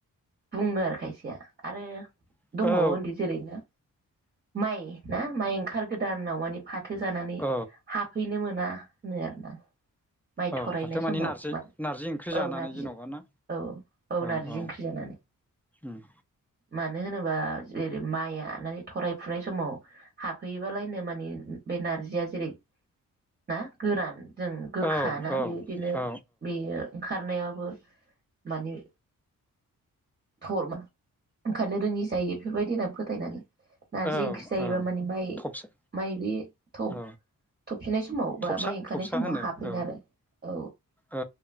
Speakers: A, on the right; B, in the centre.
A: बुङो आरो खाय सेया आरो
B: औ
A: दंबावो
B: औ
A: उनदै जेरै ना माइ ना माइ ओंखार गोदान दानाव माने फाथो जानानै
B: औ
A: हाबहैनो मोना होनो आरोना माइ
B: औ
A: थरायनाय
B: फाथो मानि
A: समाव
B: नारजि
A: मान
B: नारजि ओंख्रि जानानै
A: औ नारजि
B: जेनबा ना
A: औ नारजि
B: औ औ
A: ओंख्रि जानानै
B: उम
A: मानो होनोबा जेरै माइआ माने थराय फुनाय समाव हाबहैयोबालायनो माने बे नारजिया जेरै ना गोरान जों गोखाना
B: औ
A: बेदिनो
B: औ
A: बेयो ओंखारनायाबो माने <unintelligible> ओंखारनो रोङि जायो बेफोरबायदि होनना फोथायनानै नारजि
B: औ
A: ओंख्रि जायोबा
B: औ
A: माने माइ
B: थबसा
A: माइ बे थ'
B: औ
A: - थफिननाय समाव
B: थबसा
A: बा माइ ओंखारनाय
B: थबसा
A: समाव
B: होनो
A: हाफैनो
B: औ
A: आरो औ
B: औ